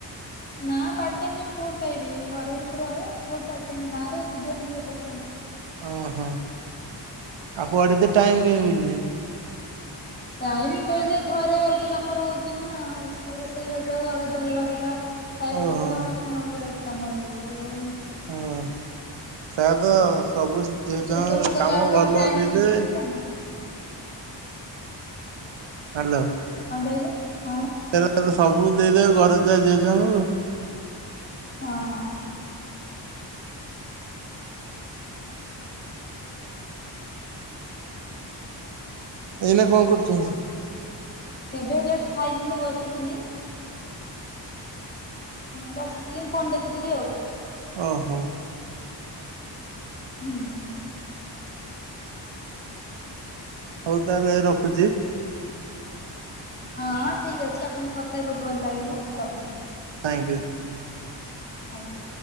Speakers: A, on the left; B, on the right.
A: ନାପାର୍ଟ-ଟାଇମ୍ ଜବ୍ କୋଉଠୁ ପାଇବି ଘରେ ଏମିତି ରହେ କୋଉଠୁ ପାର୍ଟ-ଟାଇମ୍ ଗାଁରେ କି ଜବ୍ ପାର୍ଟ-ଟାଇମ୍
B: ଓ ହଁ କୁଆଡେ ତ ଟାଇମ କାଇଁ ମିଳୁନି?
A: ଟାଇମ କହିଲେ ଘରେ ଅଲଗା କାମ ରହୁଛି ନା ଆଉ ରୋଷେଇବାସ ସହ ଘର ଦାର ଘରକା। ଖାଇଆ
B: ଓହୋ
A: ପିଇବା ଆଉ ଅଲଗା <unintelligible> କାମ ରହୁଚି ଆଉ।
B: ହଁ। ପ୍ରାୟତଃ ସବୁ ଝିଅ
A: ସେ
B: ଛୁଆଙ୍କର
A: ସବୁ
B: <unintelligible>
A: କଲାବେଳକୁ
B: ଘର
A: ଆଉ
B: ଲୋକ
A: ଟାଇମ
B: ଦେଇଦେବେ।
A: ବଞ୍ଚିବ ନା
B: ହାଲୋ।
A: କଣ କହିଲେ, ହଁ।
B: <unintelligible> ତ ସବୁ ଦେଇଦେବେ ଘରେ <unintelligible> ଝିଅ ଛୁଆଙ୍କୁ।
A: ହଁ।
B: ଏଇନା କଣ କରୁଚନ୍ତି?
A: ଏବେ ଜଷ୍ଟ ଖାଇକିନି ବସିଥିଲି। ବସିଥିଲି ଫୋନ୍ ଦେଖୁଥିଲି ଆଉ।
B: ଓହୋ।
A: ହୁଁ-ହୁଁ।
B: ହଉ ତାହେଲେ ରଖୁଚି।
A: ହଁଁ ଠିକ୍ ଅଛି ଆପଣଙ୍କ କଥା ବି ବହୁତ୍ ଭଲ୍ ଲାଗିଲା ରଖନ୍ତୁ।
B: Thank you.
A: ଆଜ୍ଞା।